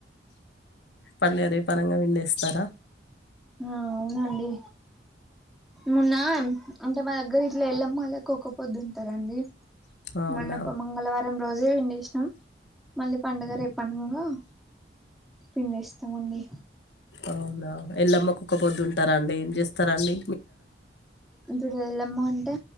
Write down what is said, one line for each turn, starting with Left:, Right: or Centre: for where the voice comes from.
Left: పండగ రేపనంగానే పిండేస్తారా.
Centre: ఆ అవునండి, మొన్న అంటే మా దగ్గర ఇట్లా ఎల్లమ్మొల్లకు ఒకపొద్దుఉంటారండి.
Left: అవునా
Centre: మొన్నప్ప మంగళవారం రోజు. అదే వెండేష్ణ మళ్ళీ పండుగ రేప్ పండగా పిండి ఇస్తామండి
Left: అవునా ఎల్లమ్మ కుక్క పొద్దుంటారా అండి ఏం చేస్త ఇస్తారండి
Centre: ఇడు వెల్లమ్మ అంటే